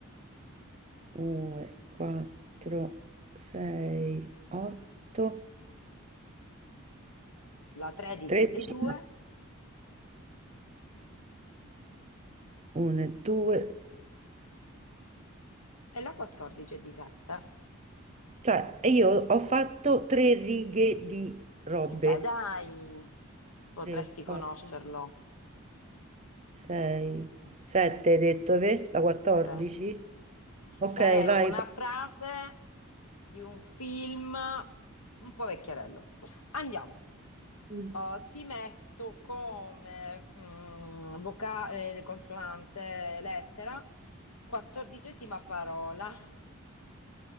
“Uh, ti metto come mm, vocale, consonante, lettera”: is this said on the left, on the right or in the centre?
Left